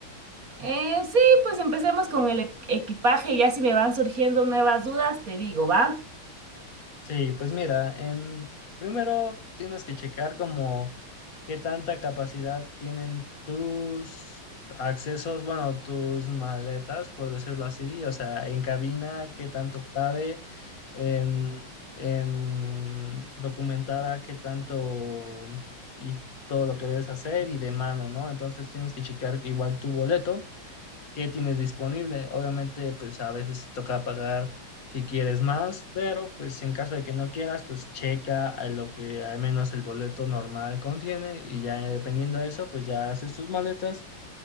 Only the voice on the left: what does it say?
Sí, pues mira, en primero tienes que checar como ¿Qué tanta capacidad tienen tus accesos, bueno, tus maletas, por decirlo así? O sea, en cabina, ¿qué tanto cabe? En, en documentada, ¿qué tanto y todo lo que debes hacer? Y de mano, ¿no? Entonces tienes que checar que igual tu boleto qué tienes disponible. Obviamente, pues a veces toca pagar si quieres más, pero pues en caso de que no quieras, pues checa a lo que al menos el boleto normal contiene y ya dependiendo de eso, pues ya haces tus maletas